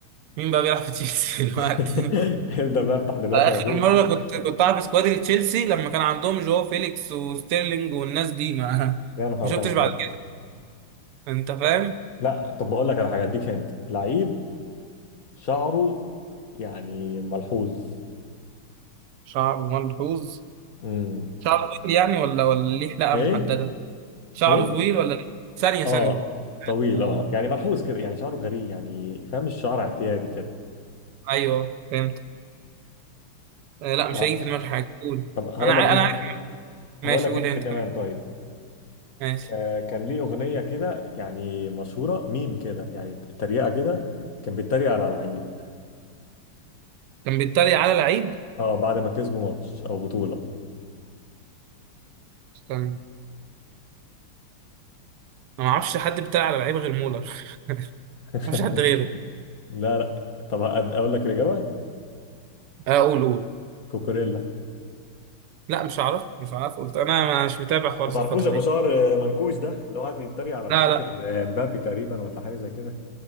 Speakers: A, on the right; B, on the left.
A: مين بقى بيلعب في تشيلسي <laughs> دلوقتي
B: <laughs> ابدأ بقى افتح دلوقتي
A: على اخر
B: على جوجل
A: مره
B: كده
A: كنت كنت عارف سكواد تشيلسي لما كان عندهم جو فيليكس وستيرلينج والناس دي ما <laughs>
B: يا نهار
A: ما شفتش
B: ابيض
A: بعد كده انت فاهم
B: لا طب بقول لك على حاجة اديك هنت لعيب شعره يعني ملحوظ
A: شعره ملحوظ
B: امم
A: شعره طويل يعني ولا ولا ليه حلقه
B: ايه
A: محدده شعره
B: ايه
A: طويل ولا ليه؟ ثانيه
B: اه
A: ثانيه
B: طويل
A: آه.
B: اه يعني ملحوظ كده يعني شعره غريب يعني فاهم الشعر اعتيادي كده
A: ايوه فهمت آه لا
B: لا
A: مش هيجي في دماغي حاجه قول
B: طب هقول
A: انا عا...
B: لك انت
A: انا عارف ماشي
B: هقول لك
A: قول
B: انت
A: انت
B: كمان
A: كمان.
B: طيب
A: ماشي
B: آه كان ليه اغنيه كده يعني مشهوره ميم كده يعني تريقه كده كان بيتريق على لعيب
A: كان بيتريق على لعيب
B: اه بعد ما كسبوا ماتش او بطوله
A: استنى انا ما اعرفش حد بيتريق على لعيب غير مولر <laughs>
B: <laughs>
A: ما فيش حد غيره
B: لا لا طب أد- أقول لك الاجابه
A: آه، قول قول
B: كوكوريلا
A: لا مش هعرف مش هعرف قلت انا مش متابع خالص
B: ما تعرفوش
A: الفتره
B: ابو
A: دي
B: شعر منكوش ده اللي هو قاعد يتريق على
A: لا
B: مش فاكر
A: لا
B: آه، مبابي تقريبا ولا حاجه زي كده